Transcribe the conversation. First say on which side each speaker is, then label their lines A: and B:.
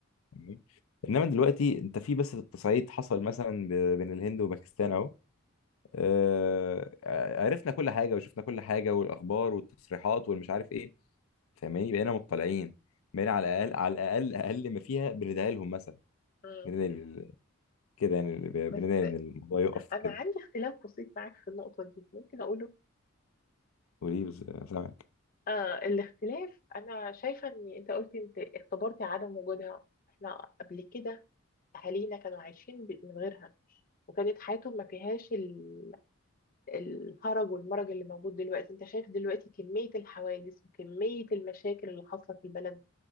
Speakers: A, on the left; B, on the left.
A: تمام انما دلوقتي انت في بس التصعيد حصل مثلا ب- بين الهند وباكستان اهو آه، عرفنا كل حاجه وشفنا كل حاجه والاخبار والتصريحات والمش عارف ايه فاهماني بقينا مطلعين بقينا على الاقل على الاقل اقل ما فيها بندعي لهم مثلا
B: مم.
A: بندعي لل- كده يعني ب-
B: بس
A: بندعي ان الموضوع يقف
B: انا
A: كده
B: عندي اختلاف بسيط معاك في النقطة دي ممكن اقوله
A: وليه بس سامعك
B: آه الاختلاف انا شايفة ان انت قلت انت اختبرتي عدم وجودها احنا قبل كده اهالينا كانوا عايشين ب- من غيرها وكانت حياتهم ما فيهاش ال- الهرج والمرج اللي موجود دلوقتي انت شايف دلوقتي كمية الحوادث وكمية المشاكل اللي حاصلة في البلد